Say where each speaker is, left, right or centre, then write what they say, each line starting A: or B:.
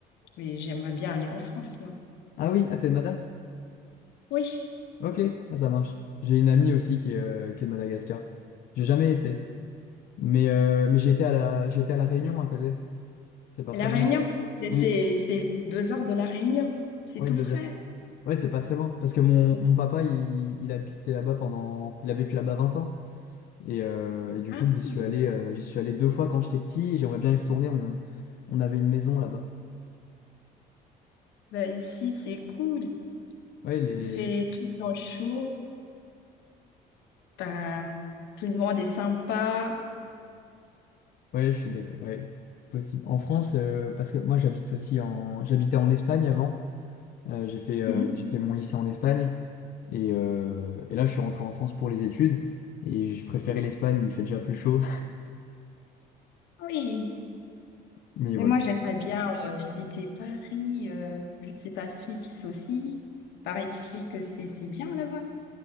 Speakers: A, on the left (about 80°); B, on the left (about 60°).
A: Mais j'aimerais bien aller en France, moi.
B: Ah oui, à Mada?
A: Oui,
B: Ok, ah, ça marche. J'ai une amie aussi qui est, euh, qui est de Madagascar. J'ai jamais été. Mais, euh, mais j'étais à la, j'étais à La Réunion à côté. C'est pas
A: La
B: très
A: Réunion.
B: loin.
A: Mais c'est
B: Oui,
A: c'est deux heures de La Réunion. C'est
B: oui,
A: tout
B: deux
A: frais.
B: heures. Oui, c'est pas très loin. Parce que mon, mon papa, il, il habitait là-bas pendant. Il a vécu là-bas 20 ans. Et, euh, et du
A: Ah
B: coup, j'y suis
A: oui.
B: allé, euh, j'y suis allé deux fois quand j'étais petit. J'aimerais bien y retourner. On, on avait une maison là-bas.
A: Bah ici, c'est cool.
B: Ouais, les...
A: Il fait tout le temps chaud. Bah, tout le monde est sympa.
B: ouais, je suis d'accord. Ouais, c'est possible. En France, euh, parce que moi, j'habite aussi en. J'habitais en Espagne avant. Euh, j'ai fait, euh,
A: Mhm.
B: j'ai fait mon lycée en Espagne et, euh, et là je suis rentré en France pour les études et je préférais l'Espagne, il fait déjà plus chaud.
A: Oui.
B: <laughs> Mais
A: Mais
B: voilà.
A: moi, j'aimerais bien euh, visiter Paris. euh, je sais pas, Suisse aussi. Paraît-il que c'est c'est bien là-bas.